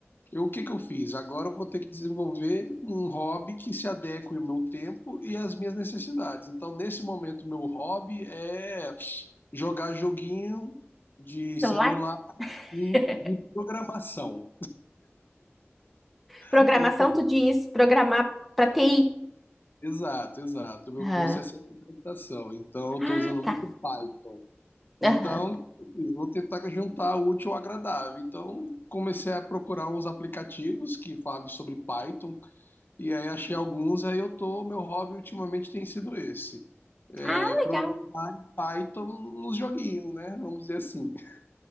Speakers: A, on the left; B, in the centre.
A: eu, o que que eu fiz? Agora eu vou ter que desenvolver um hobby que se adeque ao meu tempo e às minhas necessidades. Então, nesse momento, meu hobby é jogar joguinho de
B: Celular?
A: celular e
B: <laughs>
A: de programação.
B: Programação,
A: Então,
B: tu diz programar para TI?
A: Exato, exato. O meu
B: Aham.
A: curso é ciência da computação, então eu estou
B: Ah,
A: usando muito
B: tá.
A: Python. Então,
B: Aham.
A: eu vou tentar juntar o útil ao agradável. Então, comecei a procurar uns aplicativos que falem sobre Python, e aí achei alguns, aí eu tô, meu hobby ultimamente tem sido esse. É,
B: Ah,
A: programar
B: legal.
A: em Python nos joguinhos, né? Vamos dizer assim. <laughs>